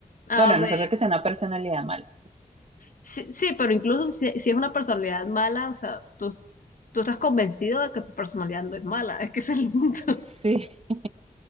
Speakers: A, on the left (about 70°); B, on the right (about 45°).
A: A
B: Bueno,
A: ver,
B: a no ser de que sea una personalidad mala.
A: sí, sí, pero incluso si, si es una personalidad mala, o sea, tú, tú estás convencido de que tu personalidad no es mala, <laughs> es que ese es el punto.
B: Sí, sí,